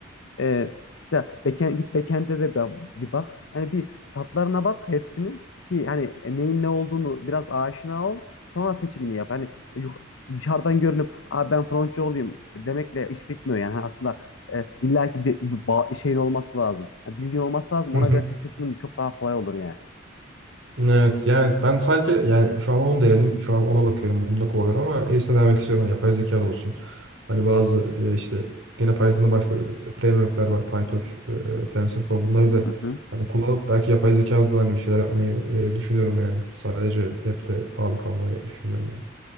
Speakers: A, on the left (about 70°); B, on the right (about 70°).
A: Ee, mesela backend, git backend'e de ba- bir bak. Hani bir tatlarına bak hepsinin ki hani e, neyin ne olduğunu biraz aşina ol. Sonra seçimini yap. Hani yuk- dışarıdan görünüp Aa, ben frontçı olayım demekle iş bitmiyor yani. Hani aslında e, illaki bir, bir ba- şeyin olması lazım. Yani bilgin olması lazım.
B: Hı
A: Ona
B: hı.
A: göre seç- seçimin çok daha kolay olur yani.
B: Evet yani ben sadece yani şu an onu denedim. Şu an ona bakıyorum. Onunla kovalıyorum ama hepsine denemek istiyorum. Yani yapay zeka da olsun. Hani bazı e, işte yine Python'da başka f- framework'ler var. PyTorch, e, TensorFlow bunları da
A: Hı hı.
B: hani kullanıp belki yapay zeka da hani bir şeyler yapmayı e, düşünüyorum yani. Sadece web'de bağlı kalmayı düşünmüyorum yani.